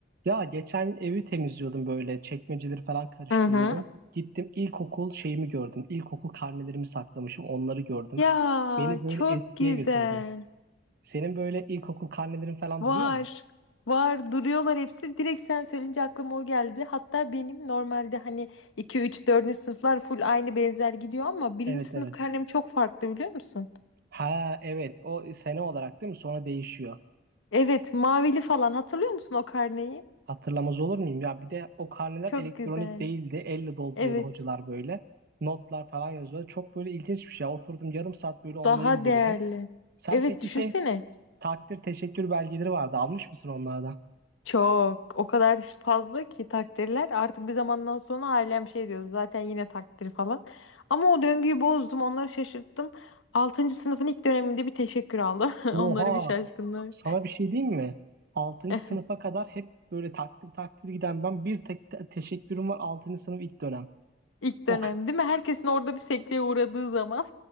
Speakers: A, on the right (about 55°); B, on the left (about 90°).
A: Ya geçen evi temizliyordum böyle çekmeceleri falan karıştırıyordum.
B: Hı hı.
A: Gittim ilkokul şeyimi gördüm. İlkokul karnelerimi saklamışım onları gördüm.
B: Ya
A: Beni böyle
B: çok
A: eskiye
B: güzel.
A: götürdü. Senin böyle ilkokul karnelerin falan
B: Var.
A: duruyor mu?
B: Var duruyorlar hepsi. Direkt sen söyleyince aklıma o geldi. Hatta benim normalde hani 2, 3, dördüncü sınıflar full aynı benzer gidiyor ama birinci
A: Evet
B: sınıf
A: evet.
B: karnem çok farklı biliyor musun?
A: Ha evet o sene olarak değil mi? Sonra değişiyor.
B: Evet mavili falan hatırlıyor musun o karneyi?
A: Hatırlamaz olur muyum? Ya bir de o karneler
B: Çok
A: elektronik
B: güzel.
A: değildi. Elle dolduruyordu
B: Evet
A: hocalar böyle. Notlar falan yazıyordu. Çok böyle ilginç bir şey. Oturdum yarım saat böyle onları
B: daha
A: inceledim.
B: değerli.
A: Sen
B: Evet
A: peki
B: düşünsene.
A: şey Takdir teşekkür belgeleri vardı. Almış mısın onlardan?
B: Çok. O kadar fazla ki takdirler. Artık bir zamandan sonra ailem şey diyor zaten yine takdir falan. Ama o döngüyü bozdum. Onları şaşırttım. Altıncı sınıfın ilk döneminde bir teşekkür aldım. <laughs> Onları
A: Oha,
B: bir şaşkınlığı.
A: sana bir şey diyeyim mi? Altıncı
B: <laughs>
A: sınıfa kadar hep böyle takdir takdir giden ben bir tek te- teşekkürüm var altıncı sınıf ilk dönem.
B: İlk
A: O
B: dönem
A: ka-
B: değil mi? Herkesin orada bir sekteye uğradığı zaman.